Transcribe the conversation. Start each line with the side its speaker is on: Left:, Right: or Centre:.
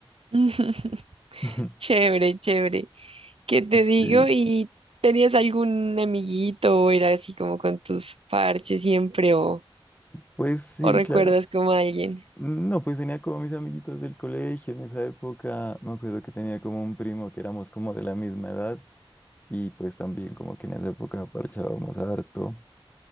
Right: <laughs>
Left: <laughs>
Right: Chévere, chévere. ¿Qué te digo?
Left: Sí,
Right: ¿Y tenías algún amiguito o era así como con tus parches siempre o,
Left: pues sí,
Right: o recuerdas
Left: claro.
Right: como a alguien?
Left: No, pues tenía como mis amiguitos del colegio en esa época. Me acuerdo que tenía como un primo que éramos como de la misma edad y pues también como que en esa época parchábamos harto.